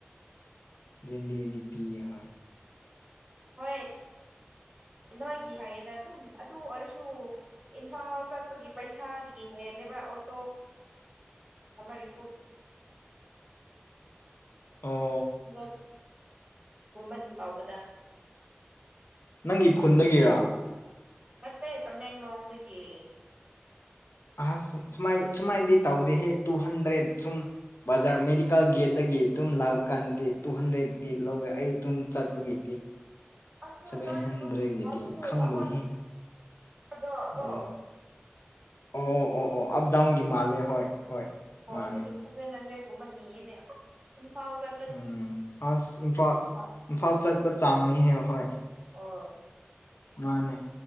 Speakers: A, on the left; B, on the right.
A: ꯖꯦ ꯑꯦꯟ ꯕꯤꯗꯗꯤ ꯄꯤꯌꯦ ꯍꯣꯏ
B: ꯍꯣꯏ ꯅꯣꯏꯒꯤ ꯍꯥꯏꯌꯦꯗ ꯑꯗꯨꯝ ꯑꯗꯨ ꯑꯣꯏꯔꯁꯨ ꯏꯝꯐꯥꯜ ꯆꯠꯄꯒꯤ ꯄꯩꯁꯥꯗꯒꯤ ꯍꯦꯜꯂꯦꯕ ꯑꯣꯇꯣ ꯔꯤ
A: ꯑꯣ
B: <unintelligible> <inaudible> ꯀꯨꯝꯃꯟ ꯀꯥꯎꯕꯗ
A: ꯅꯪꯒꯤ ꯈꯨꯟꯗꯒꯤꯔꯥ
B: ꯅꯠꯇꯦ ꯇꯃꯦꯡꯂꯣꯡꯗꯒꯤ
A: ꯑꯍ ꯁꯨꯃ ꯁꯨꯃꯥꯏꯅꯗꯤ ꯇꯧꯗꯦꯍꯦ ꯇꯨ ꯍꯟꯗ꯭ꯔꯦꯠ ꯁꯨꯝ ꯕꯖꯥꯔ ꯃꯦꯗꯤꯀꯦꯜ ꯒꯦꯠꯇꯒꯤ ꯇꯨꯝ ꯂꯥꯛꯄ ꯀꯥꯟꯗꯗꯤ ꯇꯨ ꯍꯟꯗ꯭ꯔꯦꯗꯤ ꯂꯧꯋꯦ ꯑꯩ ꯇꯨꯝ ꯆꯠꯄꯒꯤ
B: ꯑꯁ
A: ꯁꯚꯦꯟ
B: ꯅꯣꯏꯗꯨ
A: ꯍꯟꯗ꯭ꯔꯦꯗꯀꯤꯗꯤ
B: ꯍꯥꯏꯕꯗꯤ
A: ꯈꯪꯗꯦꯍ
B: ꯑꯩꯈꯣꯏ ꯑꯗꯣ
A: ꯑꯣ
B: ꯀꯣ
A: ꯑꯣ ꯑꯣ ꯑꯣ ꯑꯞꯗꯥꯎꯟꯒꯤ ꯃꯥꯜꯂꯦ ꯍꯣꯏ ꯍꯣꯏ
B: ꯍꯣꯏ
A: ꯃꯥꯅꯦ
B: ꯑꯗꯨꯒꯤ ꯁꯚꯦꯟ ꯍꯟꯗ꯭ꯔꯦꯗꯒꯨꯝꯕ ꯅꯤꯅꯦ ꯑꯁ ꯏꯝꯐꯥꯜ ꯆ
A: ꯎꯝ ꯑꯁ ꯏꯝꯐꯥꯜ
B: <unintelligible>
A: ꯏꯝꯐꯥꯜ ꯆꯠꯄ ꯆꯥꯡꯅꯤꯍꯦ ꯍꯣꯏ
B: ꯑꯣ
A: ꯃꯥꯅꯦ